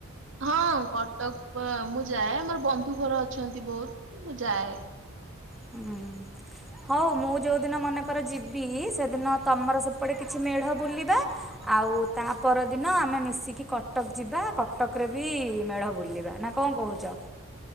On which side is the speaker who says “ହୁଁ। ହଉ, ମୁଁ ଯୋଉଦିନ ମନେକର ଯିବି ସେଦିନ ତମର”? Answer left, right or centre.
Centre